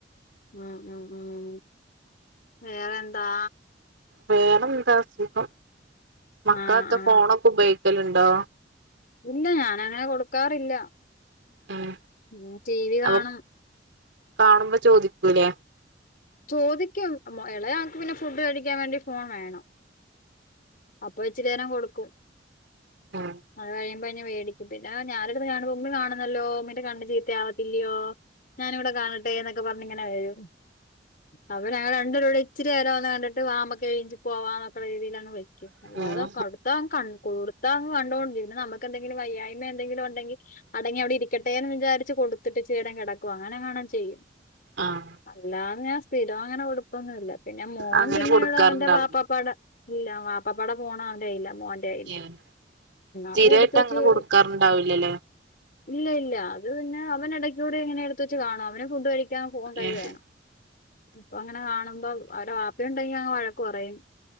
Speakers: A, on the left; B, on the right.
A: ഉം ഉം ഉം വേറെ എന്താ
B: വേറെ എന്താ സുഖം മക്കളത്തെ
A: ആ ആ
B: ഫോണൊക്കെ ഉപയോഗിക്കലുണ്ടോ
A: ഇല്ല ഞാന അങ്ങനെ കൊടുക്കാറില്ല
B: ഉം
A: ഉം ടി വി കാണും
B: അപ്പൊ കാണുമ്പോ ചോദിക്കൂലേ
A: ചോദിക്കും ഇളയ ആൾക്ക് പിന്നെ ഫുഡ് കഴിക്കാൻ വേണ്ടി ഫോൺ വേണം അപ്പൊ ഇച്ചിരി നേരം കൊടുക്കും
B: ഉം
A: അത് കഴിയുമ്പോ മേടിക്കും പിന്നെ ഞാനെടു <unintelligible> ഉമ്മി കാണുന്നല്ലോ ഉമ്മീന്റെ കണ്ണ് ചീത്തയാവത്തില്ലയോ ഞാനൂടെ കാണട് ട്ടെ എന്നൊക്കെ പറഞ്ഞിങ്ങനെ വരും അപ്പൊ ഞങ്ങൾ രണ്ട് പേരൂടെ ഇച്ചിരി നേരോന്ന് കണ്ടിട്ട് വാ നമുക്കെഴീച്ച് പോവാ എന്നക്കുള്ള രീതിയിലാങ്ങ് വെക് ക്കും
B: ഉം
A: അല്ലാതെ കൊടുത്ത അങ്ങ് കൊടുത്ത അങ്ങ് കണ്ടോണ്ടിരിക്കും പിന്ന നമുക്കെന്തെങ്കിലും വയ്യായ്മ എന്തെങ്കിലും ഉണ്ടെങ്കി അടങ്ങി അവിടെ ഇരിക്കട്ടെന്ന് വിചാരിച്ച് കൊടു ത്തിട്ട് ഇച്ചിരി നേരം കിടക്കുവ അങ്ങനെ എങ്ങാണം ചെയ്യും
B: ആഹ്
A: അല്ലാതെ ഞാൻ സ്ഥിരം അങ്ങനെ കൊടുപ്പൊന്നുല്ല പിന്നെ മോൻ
B: അങ്ങനെ
A: പിന്നെ
B: കൊടുക്കാറുണ്ടാവും
A: അവന്റെ വാപ്പാപ്പാടെ ഇല്ല വാപ്പാപ്പാടെ ഫോൺ ആ ഇല്ല മോന്റെ കയ്യി
B: ഏഹ് സ്ഥിരായിട്ട്
A: അവൻ എടുത്ത് വെച്ച്
B: അങ്ങനെ കൊടുക്കാറുണ്ടാവില്ലല്ലേ
A: ഇല്ല ഇല്ല അത് പിന്നെ അവൻ എടക്കൂടെ അങ്ങനെ എടുത്ത് വെച്ച് കാണും അവന് ഫുഡ് കഴിക്കു ക്കാൻ ഫോൺ കൈ
B: ഏഹ്
A: വേണം ഇപ്പൊ അങ്ങനെ കാണുമ്പോ അവർടെ വാപ്പി ഉണ്ടെങ്കി അങ് വഴക്ക് പറയും